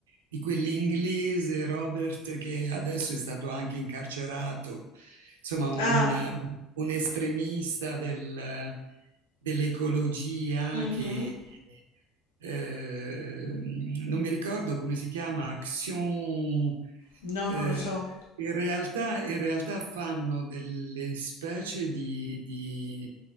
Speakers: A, on the right; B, on the left.
A: di quell'inglese Robert che adesso è stato anche incarcerato, insomma un,
B: Ah,
A: un estremista del- dell'ecologia
B: mhm.
A: che eh, non mi ricordo come si chiama, Action.
B: No,
A: eh,
B: non lo so.
A: in realtà, in realtà fanno delle specie di, di-